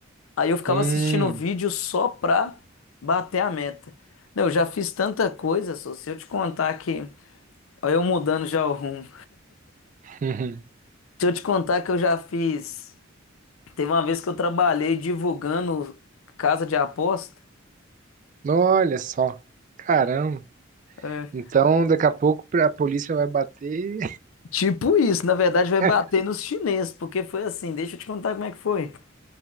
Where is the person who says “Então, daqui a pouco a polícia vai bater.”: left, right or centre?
Right